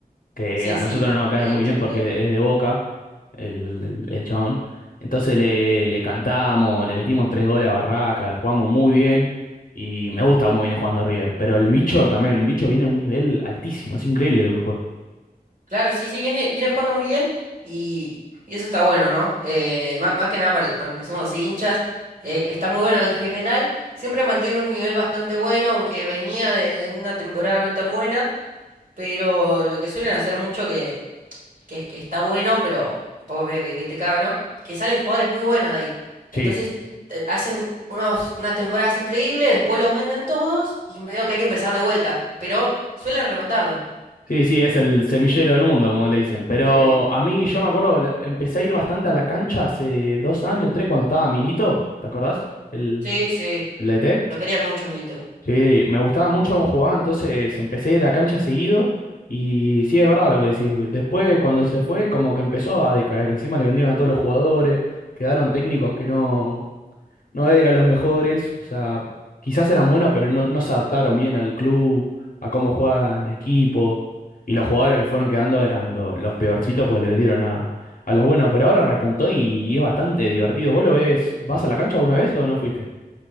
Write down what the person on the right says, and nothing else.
Sí,
sí.
El
chiquito.
Claro, sí, sí, viene, viene jugando muy bien y, y eso está bueno, ¿no? Eh, má- más, que nada para, el- para los que somos así hinchas, eh, está muy bueno en general, siempre mantiene un nivel bastante bueno, aunque venía de, de una temporada no tan buena, pero lo que suelen hacer mucho que, que es que está bueno, pero un poco medio que, que te caga, ¿no? Es que salen jugadores muy buenos de ahí. Entonces,
eh, hacen unos, unas temporadas increíbles, después los venden todos y medio que hay que empezar de vuelta, pero suelen remontarlo.
Sí,
sí, sí.
Lo quería mucho, Milito.
Sí.